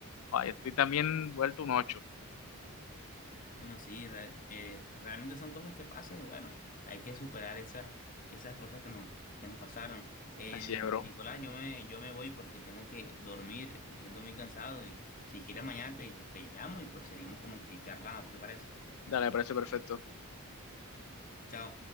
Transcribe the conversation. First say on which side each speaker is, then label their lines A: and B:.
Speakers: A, on the left; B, on the left.
A: Ay, estoy también vuelto un ocho.
B: Bueno, sí, re- eh, realmente son cosas que pasan y bueno, hay que superar esas, esas cosas que nos, que nos pasaron. Eh,
A: Así es, bro.
B: Nicolás, yo me, yo me voy porque tengo que dormir, me siento muy cansado y si quieres mañana te, te llamo y pues seguimos como que charlando, ¿te parece?
A: Dale, me parece perfecto.
B: Chao.